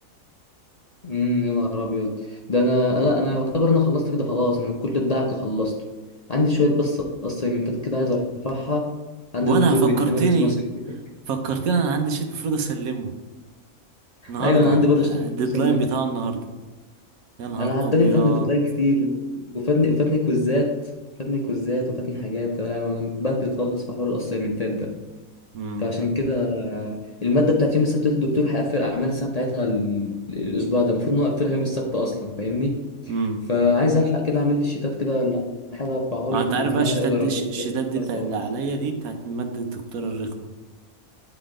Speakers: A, on the left; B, on the right.
A: امم يا نهار أبيض ده أنا لا أنا يعتبر أنا خلصت كده خلاص أنا كل الدعك خلصته عندي شوية بس أسايمنتات كده عايز أرفعها عندي
B: وانا
A: دكتور
B: فكرتني
A: بيديني مادة اسمها <laughs>
B: فكرتني انا عندي شيت المفروض اسلمه النهارده
A: ايوه انا عندي برضه اشتكي
B: الديدلاين
A: بسلمها
B: بتاعه النهارده يا نهار
A: انا عداني
B: ابيض
A: فاتني ديدلاين كتير وفاتني وفاتني كويزات فاتني كويزات وفاتني حاجات انا أنا متبهدل خالص في حوار الاسايمنتات ده
B: امم
A: فعشان كده الماده بتاعت يوم السبت دي الدكتور هيقفل اعمال السنه بتاعتها ال- الاسبوع ده المفروض ان هو يقفلها يوم السبت اصلا فاهمني
B: امم
A: فعايز الحق كده اعمل لي الشيتات كده ولا حاجه ارفعها
B: اه
A: له يمكن
B: انت عارف
A: يدينا
B: بقى الشتات
A: عليها ايه درجات
B: دي الشتات
A: كده،
B: دي
A: بس
B: بتاع
A: خلاص.
B: اللي عليا دي بتاعت مادة الدكتورة الرخمة